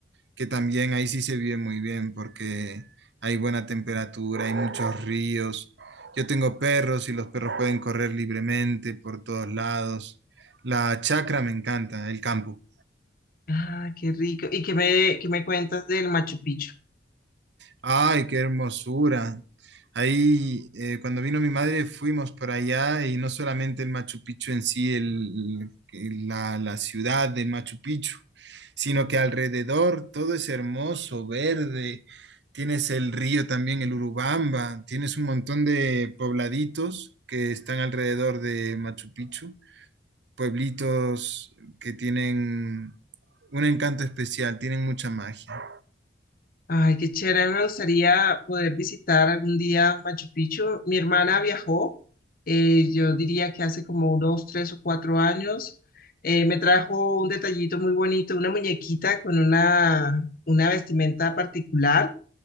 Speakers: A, on the right (about 75°); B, on the left (about 55°).
A: que también ahí sí se vive muy bien porque hay buena temperatura, hay muchos ríos. Yo tengo perros y los perros pueden correr libremente por todos lados. La chacra me encanta, el campo.
B: Ah, qué rico. ¿Y qué me, qué me cuentas del Machu Picchu?
A: Ay, qué hermosura. Ahí, eh, cuando vino mi madre, fuimos por allá y no solamente el Machu Picchu en sí, el- el- la, la ciudad del Machu Picchu, sino que alrededor todo es hermoso, verde. Tienes el río también, el Urubamba, tienes un montón de pobladitos que están alrededor de Machu Picchu, pueblitos que tienen un encanto especial, tienen mucha magia.
B: Ay, qué chévere, a mí me gustaría poder visitar algún día Machu Picchu. Mi hermana viajó, eh, yo diría que hace como unos tres o cuatro años. Eh, me trajo un detallito muy bonito, una muñequita con una, una vestimenta particular.